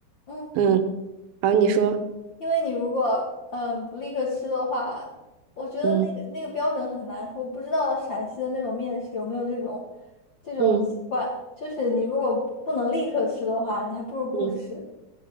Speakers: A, on the left (about 65°); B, on the right (about 75°).
A: 嗯，
B: 嗯，好，你说，
A: 因为你如果嗯不立刻吃的话，我觉得那个那个标准很难说，
B: 嗯
A: 我不知道陕西的那种面食有没有这种这种习惯，
B: 嗯
A: 就是你如果不能立刻吃的话，你还不如不吃。
B: 嗯，